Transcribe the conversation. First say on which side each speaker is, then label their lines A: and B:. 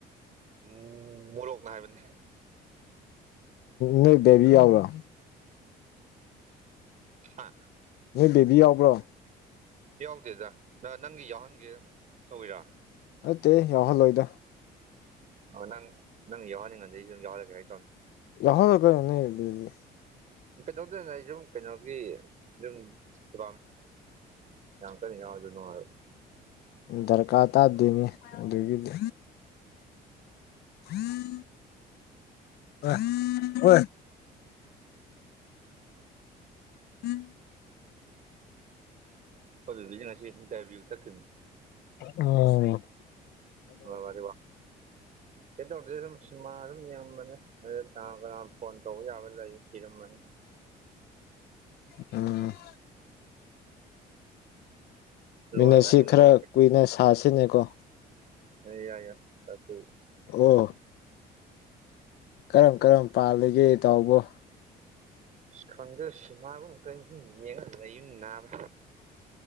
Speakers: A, on the right; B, on the left.
A: ꯃꯨ ꯃꯣꯔꯣꯛꯅ ꯍꯥꯏꯕꯅꯤ
B: ꯅꯣꯏ ꯕꯦꯕꯤ ꯌꯥꯕꯔꯣ
A: ꯍꯥ
B: ꯅꯣꯏ ꯕꯦꯕꯤ ꯌꯥꯎꯕ꯭ꯔꯣ
A: ꯌꯥꯎꯗꯦꯗꯥ ꯅ ꯅꯪꯒꯤ ꯌꯥꯎꯍꯟꯒꯦ ꯇꯧꯋꯤꯔ
B: ꯅꯠꯇꯦ ꯌꯥꯎ ꯍꯜꯂꯣꯏꯗꯥ
A: ꯑ ꯅꯪ ꯅꯪ ꯌꯥꯎꯍꯟꯅꯤꯡꯉꯗꯤ ꯑꯩꯁꯨ ꯑꯗꯨꯨꯝ ꯌꯥꯎꯍꯜꯂꯒꯦ ꯍꯥꯏ ꯇꯧꯅꯤ
B: ꯌꯥꯎꯍꯟꯂꯨ ꯀꯩꯅꯣ ꯅꯣꯏꯗꯨꯗꯤ
A: ꯀꯩꯗꯧꯗꯣꯏꯅꯣꯗꯥ ꯑꯩ ꯁꯨꯝ ꯀꯩꯅꯣꯒꯤ ꯗꯨꯝ <unintelligible> ꯌꯥꯝꯅ ꯀꯟꯅ ꯌꯥꯎꯔꯁꯨ ꯅꯨꯡꯉꯥꯏꯔꯣꯏ
B: ꯗꯔꯀꯥꯔ ꯇꯥꯗꯦꯃꯤ ꯑꯗꯨꯒꯤꯗꯤ ꯑꯣꯏ ꯑꯣꯏ <unintelligible>
A: ꯈꯣꯏ ꯕꯦꯕꯤꯒꯤ꫰ꯉꯁꯤ ꯏꯟꯗꯔꯐꯤꯎ ꯆꯠꯈꯤꯝꯅꯤ
B: ꯎ
A: ꯑꯪꯒꯜꯋꯥꯗꯤ ꯋꯥ ꯀꯩꯝ ꯇꯧꯗꯦ ꯁꯨꯝ ꯁꯤꯟꯃꯥ ꯁꯨꯝ ꯌꯦꯡꯉꯝꯕꯅꯦ ꯑꯗꯩ ꯀꯅꯥ ꯀꯅꯥꯝ ꯐꯣꯟ ꯇꯧꯕ ꯌꯥꯕ ꯂꯩꯌꯦ ꯄꯤꯔꯝꯃꯅꯤ
B: ꯎꯝ
A: ꯂꯣꯏꯔꯒ
B: ꯃꯤꯅꯠꯁꯤ
A: ꯑꯩ ꯑꯃꯨꯛ
B: ꯈꯔ
A: ꯇꯧꯔꯛꯀꯦ
B: ꯀꯨꯏꯅ ꯁꯥꯁꯤꯅꯦꯀꯣ
A: ꯌꯥꯏ ꯌꯥꯏ ꯆꯏ
B: ꯑꯣ ꯀꯔꯝ ꯀꯔꯝ ꯄꯥꯜꯂꯤꯒꯦ ꯇꯥꯎꯕꯣ
A: ꯈꯪꯗ꯭ꯔꯁꯨ ꯃꯥꯕꯨ ꯀꯩꯅꯁꯨꯨꯝ ꯌꯦꯡꯉꯒ ꯂꯩꯌꯨ ꯅꯥꯕ